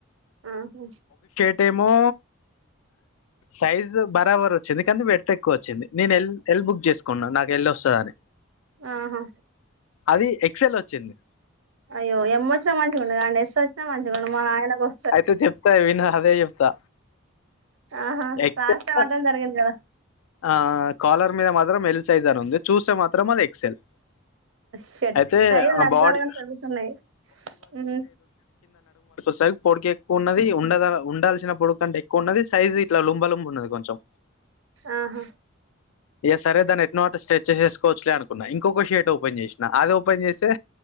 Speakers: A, on the right; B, on the left.
A: ఆహా
B: అంటేమో సైజు బరాబర్ వచ్చింది కానీ విడ్త్ ఎక్కువ వచ్చింది నేను ఎల్ బుక్ చేసుకున్నా నాకు ఎల్ వస్తుంద అని
A: ఆహా
B: అది ఎక్సెల్ వచ్చ వచ్చింది
A: అయ్యో ఎమ్ వచ్చిన మంచిగుండు ఎల్ ఎల్ వచ్చిన మంచిగుండు మా ఆయన వ
B: అయితే చెప్తారు విన అదే చెప్తా
A: ఆహా
B: ఎక్సెల్
A: రాస్త అటడం జరిగింది కదా
B: ఆ కాలర్ మీద మాత్రం ఎల్ సైజ్ అని ఉంది చూస్తే మాత్రం అది ఎక్సెల్
A: షర్ట్
B: అయితే
A: సైజ్
B: ఆ
A: తగ్గాలే
B: బాడీ
A: గాని పెరుగుతున్నాయి ఉ
B: సరి పొడగు ఎక్కువ ఉన్నది ఉండ ఉండాల్సిన పొడగు అంటే ఎక్కువ ఉన్నది సైజు ఇట్లా లుంబలుం ఉన్నది కొంచెం
A: ఆహా
B: ఏ సరే దాన్ని ఎట్నోఅట్నా సెట్ చేసుకోవచ్చలే అనుకున్నా ఇంకొక షర్ట్ ఓపెన్ చేసినా అది ఓపెన్ చేస్తే